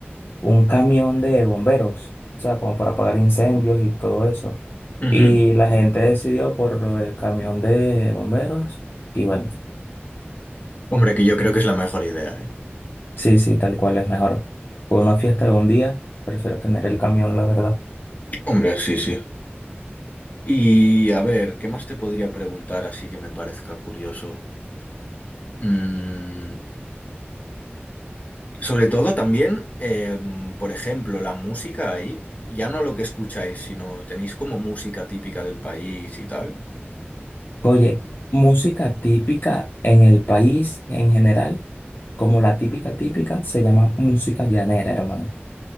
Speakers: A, on the left (about 60°); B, on the left (about 40°).
A: un camión de bomberos, o sea, como para apagar incendios y todo eso.
B: Ujú.
A: Y la gente decidió por lo del camión de bomberos. Y bueno,
B: Hombre, que yo creo que es la mejor idea, ¿eh?
A: sí, sí, tal cual es mejor. Por una fiesta de un día, prefiero tener el camión, la verdad.
B: Hombre, sí, sí. Y a ver, ¿qué más te podría preguntar así que me parezca curioso? Mm, Sobre todo también, eh, por ejemplo, la música ahí, ya no lo que escucháis, sino tenéis como música típica del país y tal.
A: Oye, música típica en el país en general, como la típica típica, se llama música llanera, hermano.